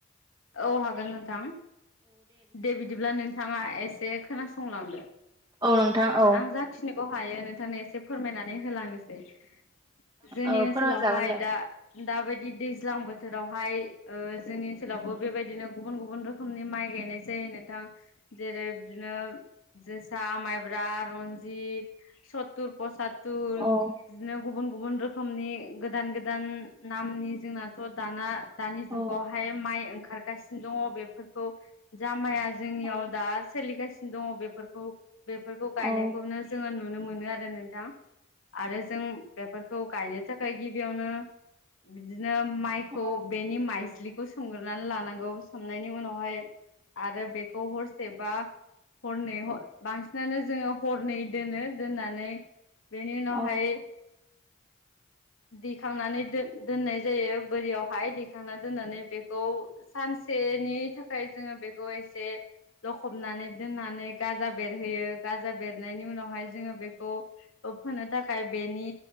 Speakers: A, on the left; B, on the right.
A: औ हागोन नोंथां। दे बिदिब्ला नोंथाङा एसे खोनासंलांदो
B: औ नोंथां औ
A: आं जा खिनिखौ हायो नोंथांनो एसे फोरमायनानै होलांनोसै जोंनि
B: औ
A: ओनसोलावहाय
B: फोरमायजागोन दे
A: दा दाबायदि दैज्लां बोथोरावहाय जोंनि ओनसोलावबो बेबायदिनो गुबुन गुबुन रोखोमनि माइ गायनाय जायो नोंथां जेरै बिदिनो जोसा माइब्रा रनजित सत्तुर पसतत
B: औ
A: बिदिनो गुबुन गुबुन रोखोमनि गोदान गोदान नामनि जोंनाथ' दाना दानि
B: औ
A: जुगावहाय माइ ओंखारगासिनो दङ बेफोरखौ जा माइया जोंनियाव
B: औ
A: दा सोलिगासिनो दङ बेफोरखौ बेफोरखौ गायनायखौनो
B: औ
A: जोङो नुनो मोनो आरो नोंथां। आरो जों बेफोरखौ गायनो थाखाय गिबियावनो बिदिनो माइखौ
B: औ
A: बेनि माइज्लिखौ सोंग्र सनानै लानांगौ सोमनायनि उनावहाय आरो बेखौ हरसेबा हरनै बांसिनानो जोङो हरनै दोनो दोननानै बेनि उनावहाय
B: औ
A: दिखांनानै दोननाय जायो बोरियावहाय दिखांनानै दोननानै खौ सानसेनि थाखाय जोङो बेखौ एसे लखबनानै दोननानै गाजा बेरहोयो गाजा बेरनायनि उनावहाय जोङो बेखौ होनोनो थाखाय बेनि